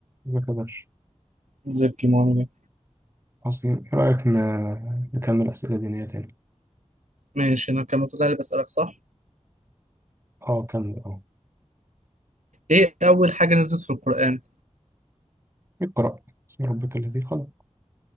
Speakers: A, on the right; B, on the right.
A: إذا كدرش
B: زبكي معاملة
A: أصلي إيه رأيك ن- نكمل أسئلة دينية تاني؟
B: ماشي انا كان المفروض انا بسألك صح
A: أه كمل أه
B: ايه اول حاجة نزلت في القرآن
A: اقرأ بسم ربك الذي خلق